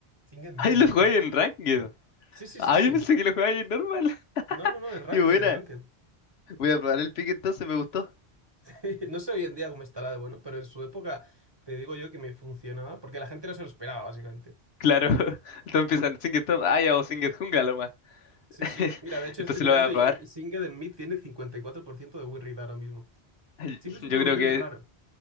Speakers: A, on the right (about 30°); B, on the left (about 75°).
A: Singed Mid,
B: Ay, lo
A: eso.
B: jugáis en Ranked.
A: Sí, sí,
B: Ah,
A: sí, sí.
B: yo pensé que lo jugáis en normal. <laughs>
A: No, no, no, en Ranked,
B: Y buena,
A: en Ranked.
B: voy a probar el pick entonces, me gustó.
A: <laughs> No sé hoy en día cómo estará de bueno, pero en su época te digo yo que me funcionaba, porque la gente no se lo esperaba, básicamente.
B: Claro, <laughs> todos empiezan Singed Top. Ah, ya o Singed Jungla lo más. <laughs>
A: Sí, sí. Mira, de hecho
B: Entonces
A: estoy mirando
B: lo voy a
A: y,
B: probar.
A: y Singed en mí tiene 54% de win rate ahora mismo.
B: <laughs>
A: Siempre es
B: Yo
A: un campeón
B: creo que,
A: raro.